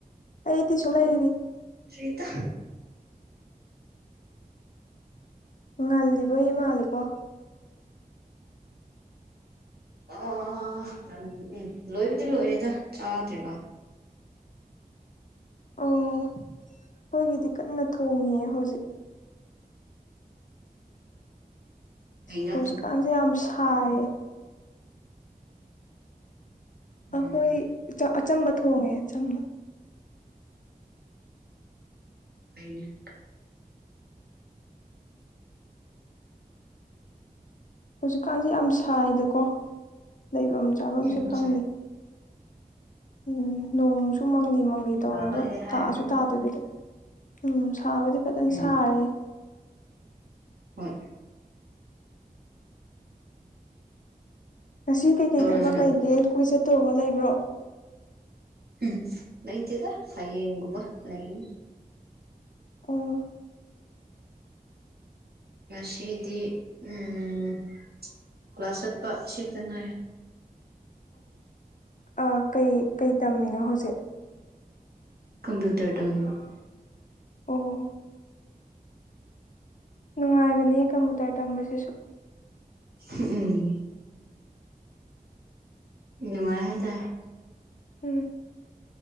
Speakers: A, on the left (about 55°); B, on the right (about 85°).
A: ꯑꯩꯗꯤ ꯁꯨꯝ ꯂꯩꯔꯤ
B: ꯑꯣꯔꯤꯗ
A: ꯉꯜꯂꯤꯕꯩ ꯃꯥꯂꯦꯀꯣ
B: ꯑ ꯎꯝ ꯂꯣꯏꯕꯨꯗꯤ ꯂꯣꯏꯔꯦꯗ ꯆꯥꯗ꯭ꯔꯦꯔꯦ
A: ꯑꯣ ꯑꯩꯈꯣꯏꯒꯤꯗꯤ ꯀꯟꯅ ꯊꯣꯡꯉꯦ ꯍꯧꯖꯤꯛ
B: ꯀꯩ ꯏꯟꯖꯥꯡ
A: ꯍꯧꯖꯤꯛꯀꯥꯟꯁꯦ
B: ꯊꯣꯡ
A: ꯌꯥꯝ ꯁꯥꯏꯌꯦ
B: ꯎꯝ
A: ꯑꯩꯈꯣꯏ ꯑꯆꯝꯕ ꯊꯣꯡꯉꯦ ꯑꯆꯝꯕ
B: ꯐꯥꯏꯅꯦ
A: ꯍꯧꯖꯤꯛꯀꯥꯟꯁꯦ ꯌꯥꯝ ꯁꯥꯏꯗꯀꯣ ꯂꯩꯐꯝ ꯆꯥꯐꯝꯁꯦ
B: ꯎꯝ
A: ꯈꯪꯗꯦ
B: ꯆꯥꯏ
A: ꯎꯝ ꯅꯣꯡꯁꯨ ꯃꯪꯂꯤ ꯃꯪꯂꯤ
B: ꯁꯥꯕꯒꯤꯗꯤ
A: ꯇꯧꯔꯒ
B: ꯍꯥꯏꯔꯨꯔꯅꯨ
A: ꯇꯥꯑꯁꯨ ꯇꯥꯗꯕꯤꯗ ꯎꯝ ꯁꯥꯕꯗꯤ ꯐꯖꯅ
B: ꯎꯝ
A: ꯁꯥꯔꯦ
B: ꯍꯣꯏ
A: ꯉꯁꯤ ꯀꯩꯀꯩ
B: ꯀꯩꯗꯧꯔꯝꯃꯤꯅꯣ
A: ꯊꯕꯛ ꯂꯩꯒꯦ ꯀꯣꯏ ꯆꯠꯇꯧꯕ ꯂꯩꯕ꯭ꯔꯣ
B: ꯎꯝ ꯂꯩꯣꯏꯇꯦꯗ ꯍꯌꯦꯡ ꯀꯨꯝꯕ ꯂꯩ
A: ꯑꯣ
B: ꯁꯤꯩꯗꯤ ꯎꯝ ꯀ꯭ꯂꯥꯁ ꯆꯠꯄ ꯁꯤꯗꯅ
A: ꯑꯣ ꯀꯩ ꯀꯩ ꯇꯝꯃꯤꯅꯣ ꯍꯧꯖꯤꯛ
B: ꯀꯝꯄꯤꯨꯇꯔ ꯇꯝꯃꯤꯕꯥ <inaudible>
A: ꯑꯣ ꯅꯨꯡꯉꯥꯏꯕꯅꯤ ꯀꯝꯄꯨꯇꯔ ꯇꯝꯕꯁꯤꯁꯨ
B: ꯎꯝ ꯅꯨꯡꯉꯥꯏ ꯍꯥꯏꯇꯥꯔꯦ
A: ꯎꯝ